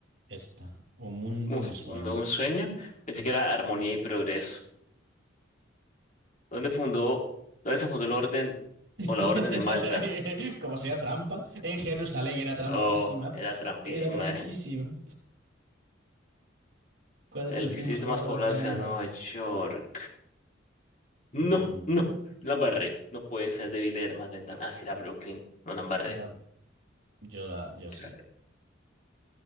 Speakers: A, on the right; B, on the left.
A: Esta. Un mundo,
B: Uf,
A: un sueño.
B: un, un sueño. Pensé que era armonía y progreso. ¿Dónde fundó, dónde se fundó el orden
A: <laughs>
B: o la Orden de Malta?
A: Como sea trampa. En Jerusalén era trampísima.
B: Oh, era trampísima,
A: Era trampísima.
B: ¿eh?
A: ¿Cuál es
B: El
A: el destino
B: distrito
A: más poblado
B: más poblado
A: de la ciudad
B: sea
A: de Nueva
B: Nueva
A: York?
B: York. No,
A: Mm,
B: no, la embarré. No puede ser, debí leer más lentamente. Ah, sí, era Brooklyn, no la embarré.
A: era yo la, yo sí.
B: Era-